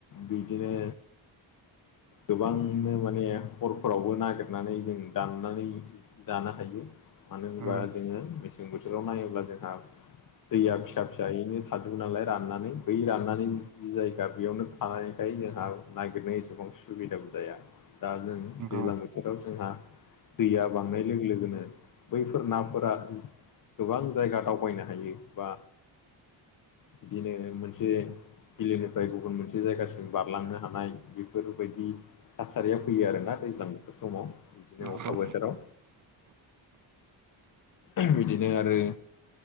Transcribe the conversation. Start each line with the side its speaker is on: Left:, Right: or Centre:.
Left: बिदिनो गोबांनो माने हरफोरावबो नागिरनानै जों दाननानै दानो हायो। मानो होनबा
Right: उम
Left: जोङो मेसें बोथोराव नायोब्ला जोंहा दैया फिसा फिसायैनो थाजोबो नालाय राननानै बै राननानै जि जायगा बेयावनो थानायखाय जोंहा नागिरनाय एसेबां सुबिदाबो जाया। दा जों
Right: नंगौ
Left: दैज्लां बोथोराव जोंहा दैया बांनाय लोगो लोगोनो बैफोर नाफोरा गोबां जायगा दावबायनो हायो बा बिदिनो मोनसे बिलोनिफ्राय गुबुन मोनसे जायगासिम बारलांनो हानाय बेफोरबायदि थासारियाव फैयो आरोना दैज्लां बो समाव बिदिनो
Right: नंगौ।
Left: अखा बोथोराव बिदिनो आरो